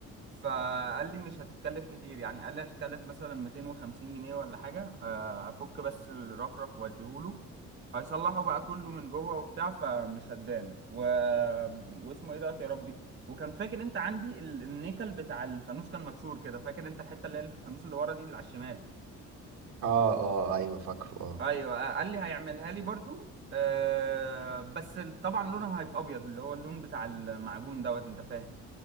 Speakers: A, on the right; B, on the right.
A: فقال لي مش هتتكلف كتير يعني قال لي هتتكلف مثلا 250 جنيه ولا حاجة آه، افك بس الرفرف واديهوله هيصلحه بقى كله من جوه وبتاع فمش هتبان و... واسمه ايه دوت يا ربي وكان فاكر انت عندي ال- النيكل بتاع الفانوس كان مكسور كده فاكر انت الحتة اللي هي اللي في الفانوس اللي ورا دي اللي على الشمال
B: اه اه ايوه فاكره اه
A: ايوه آه، قال لي هيعملها لي برضو أه بس طبعا لونها هيبقى ابيض اللي هو اللون بتاع المعجون دوت انت فاهم